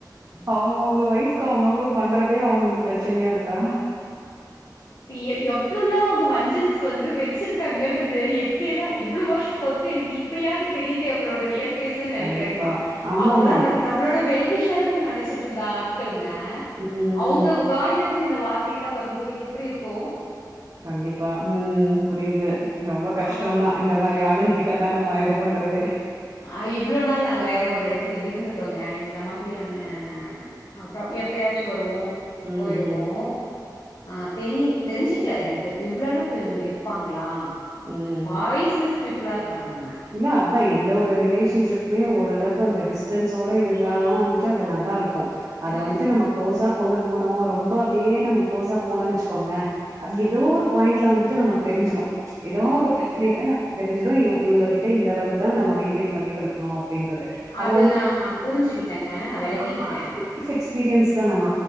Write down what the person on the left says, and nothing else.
எ எவ்ளலா அவங்க வஞ்சன்ஸ் வந்து வச்சிருக்காங்கன்றது எப்படி எல்லா இவ்வள வருஷ பொறுத்து எனக்கு இப்பயாவது தெரியுது அவங்களோட ரியல் பேசு நினைக்கிறேங்க
அவங்களா நம்மளோட வெல்வி ஷர்ன் நனச்சிட்டு இருந்தா ஆட்கள் ங்க
அவங்க வாயில இருந்து இந்த வார்த் டில வரும்போது எப் ப்படி இருக்கு
ஆ
ஆ இவ்வள நாள் நாங்க வேற ஒரு எடத்துல இருந்துட்டோங்க இந்த மாதிரியான அ எப்பயாச்சு வருவோ உ
போயிடுவோ
ஆ தெரிய தெரிஞ்சுக்கல எனக்கு இவ்வளவுக்கு இவங்க இருப்பாங்களா ஆ
பாய்ஸ் நஸ் பிப்ளார் காங்க க
ம்
ம்
ம் ம்
அது
நா புரிஞ்சுகிட்டேங்க நா வெலகிக்கிட்டே